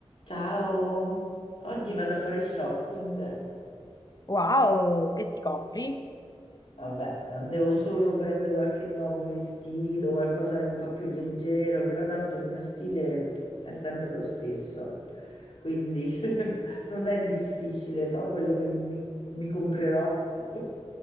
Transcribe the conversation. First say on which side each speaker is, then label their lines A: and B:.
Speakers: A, on the left; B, on the left.
A: Ciao, oggi vado a fare shopping.
B: Wow, che ti compri?
A: Vabbè, devo solo prendere qualche nuovo vestito, qualcosa di un po' più leggero, però tanto il mio stile è sempre lo stesso, quindi <laughs> non è difficile, so quello che mi, mi comprerò. <laughs>